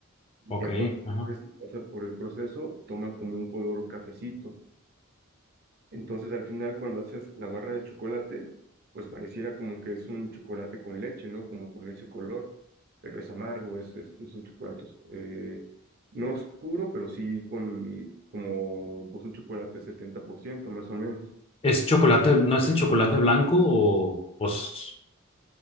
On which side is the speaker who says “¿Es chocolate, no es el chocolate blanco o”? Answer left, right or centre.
Left